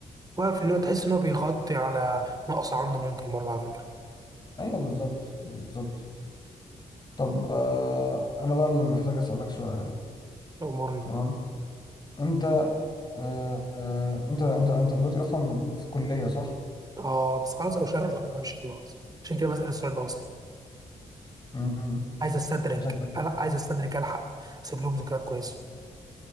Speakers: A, on the right; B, on the left.
A: وعارف ان هو تحس ان هو بيغطي على نقص عنده ممكن برضه على فكره
B: أيوه بالظبط بالظبط طب آه، أنا بقى اللي محتاج أسألك سؤال
A: امورني
B: تمام انت آه آه، انت انت انت دلوقتي اصلا في كلية صح؟
A: اه بس خلاص او شكل انا مش خلاص عشان كده بسال السؤال ده اصلا
B: امم
A: عايز استدرج
B: شكلك
A: انا عايز استدرج الحق اسيب لهم ذكريات كويسه